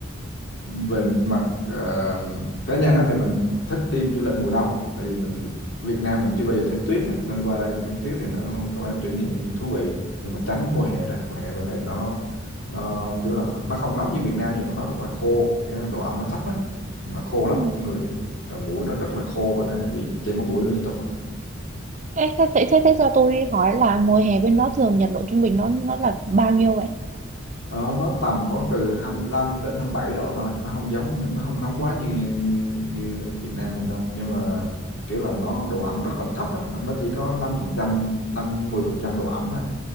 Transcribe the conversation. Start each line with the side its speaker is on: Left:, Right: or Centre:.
Left: về mặt à, cá nhân á, thì mình thích đi du lịch mùa đông tại vì mình Việt Nam mình chưa bao giờ thấy tuyết á, nên qua đây mình thấy tuyết thì nó là một cái trải nghiệm thú vị nhưng mà tránh mùa hè ra mùa hè bên này nó nó kiểu là nó không nóng như Việt Nam nhưng mà nó rất là khô cái độ ẩm nó thấp á nó khô
Right: ừ.
Left: lắm người à, mũi nó rất là khô và nó bị chảy máu mũi liên tục
Right: Ê, thế, thế, thế, thế cho tôi hỏi là mùa hè bên đó thường nhiệt độ trung bình nó nó là bao nhiêu vậy?
Left: Đó, nó tầm khoảng từ 25 đến 27 độ thôi nó không giống nó không nóng quá như như như Việt Nam mình đâu nhưng mà kiểu là nó độ ẩm rất là thấp á, nó chỉ có 5 phần trăm 5 10 phần trăm độ ẩm thôi